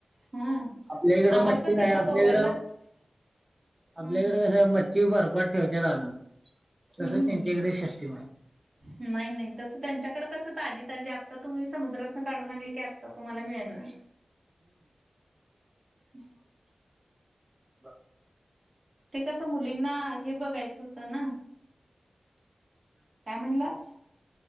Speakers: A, on the right (about 65°); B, on the right (about 20°).
A: हा
B: आपल्या इकडं
A: आम्हाला
B: मच्छी
A: पण
B: नाही.
A: तिकडं
B: आपल्या
A: गोव्यालाच
B: इकडं
A: हम्म
B: आपल्याकडे कसं मच्छी बरपात ठेवत्यात आनुन. तस
A: हम्म
B: त्यांच्याकडे शिष्टीम हाय.
A: नाही. नाही. तस त्यांच्याकडे कस ताजी ताजी आता तुम्ही समुद्रातन काढून आणली आता तुम्हाला मिळणार. ह.
B: बर.
A: ते कसं मुलींना हे बघायचं होतं ना. काय म्हणलास?